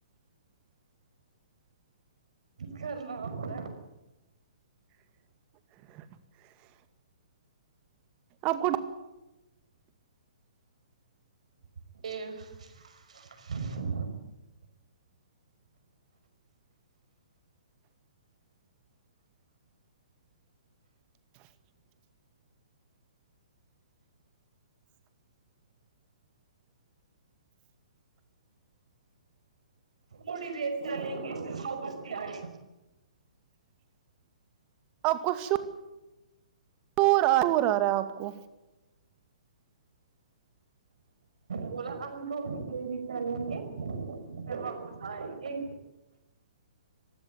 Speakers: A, on the right (about 65°); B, on the right (about 30°).
A: کرنا ہوا
B: <inaudible> آپ کو
A: <inaudible>
B: <inaudible>
A: نوڑیے اتر ال ہت سؤ بستی آڑے
B: آب کو ش ٹور آ رہا ہے آپ کو
A: بولا ہم تھوڑی دری چلیں گے پھر واپس آئیں گے